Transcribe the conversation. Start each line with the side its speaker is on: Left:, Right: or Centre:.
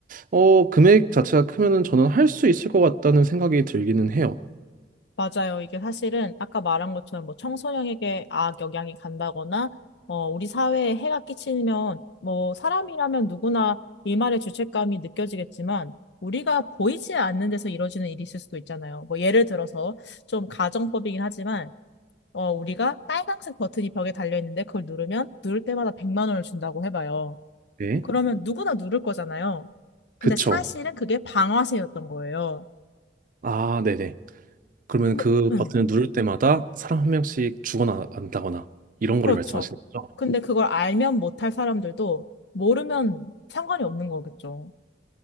Right: 어, 금액 자체가 크면은 저는 할 수 있을 것 같다는 생각이 들기는 해요.
Left: 맞아요. 이게 사실은 아까 말한 것처럼 뭐 청소년에게 악영향이 간다거나, 어, 우리 사회에 해가 끼치면, 뭐 사람이라면 누구나 일말의 죄책감이 느껴지겠지만, 우리가 보이지 않는 데서 이루어지는 일이 있을 수도 있잖아요. 뭐 예를 들어서 좀 가정법이긴 하지만, 어, 우리가 빨간색 버튼이 벽에 달려 있는데 그걸 누르면 누를 때마다 100만 원을 준다고 해봐요.
Right: 네.
Left: 그러면 누구나 누를 거잖아요. 근데
Right: 그쵸.
Left: 사실은 그게 방아쇠였던 거예요.
Right: 아, 네네. 그러면
Left: 근데,
Right: 그
Left: 응.
Right: 버튼을 누를 때마다 사람 한 명씩 죽어나간다거나 이런
Left: 그렇죠.
Right: 거를 말씀하시는 거죠?
Left: 근데 그걸 알면 못할 사람들도 모르면 상관이 없는 거겠죠.